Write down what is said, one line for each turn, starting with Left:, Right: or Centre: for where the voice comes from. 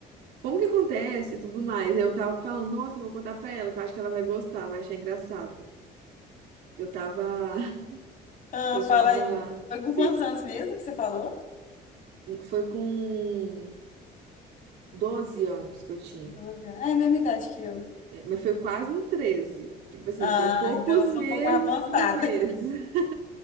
Right: como que acontece e tudo mais. Eu tava falando, nossa, eu vou contar pra ela, que eu acho que ela vai gostar, vai achar engraçado. Eu tava, <laughs>
Left: Ah,
Right: eu
Left: fala
Right: tava,
Left: aí. Foi com
Right: não sei
Left: quantos
Right: se
Left: anos mesmo que você falou?
Right: foi com 12 anos que eu tinha.
Left: Doze. anos. É a mesma idade que eu.
Right: É, mas foi quase no 13, Tipo assim,
Left: Ah,
Right: foi poucos
Left: então eu sou
Right: meses
Left: um pouco mais avançada.
Right: por mês.
Left: <laughs>
Right: <laughs>